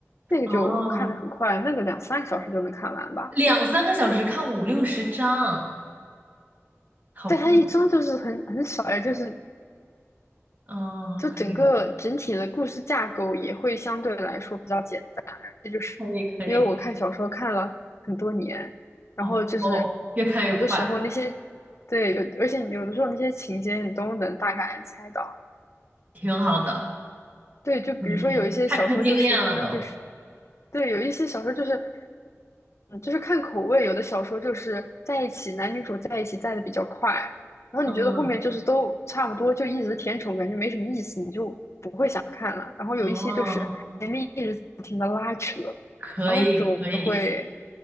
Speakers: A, on the left (about 65°); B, on the right (about 30°).
A: 那个就看得很快，
B: 哦，
A: 那个两三个小时就能看完吧。
B: 两三个小时看五六十章，好快。
A: 但它一章就是很很少呀，就是
B: 嗯，
A: 就整个整体的故事架构也会相对来说比较简单。
B: 可以，
A: 这就是因为我看小说看了很多年，
B: 可以，可以。
A: 然后就是
B: 哦哦，<laughs> 越看越快，
A: 有的时候那些对有，而且有的时候那些情节你都能大概猜到，
B: 挺好的，
A: 对，就比如说有一些小说，
B: 可以，看出经验了都。
A: 就是他们就是对，有一些小说就是，嗯，就是看口味，有的小说就是在一起，男女主在一起在的比较快，然后你觉得后面就是都差不多，
B: 嗯，
A: 就一直甜宠，感觉没什么意思，你就不会想看了。然后有一些就是前面一直不停的拉扯，
B: 哦，可以，
A: 然后那种就会
B: 可以。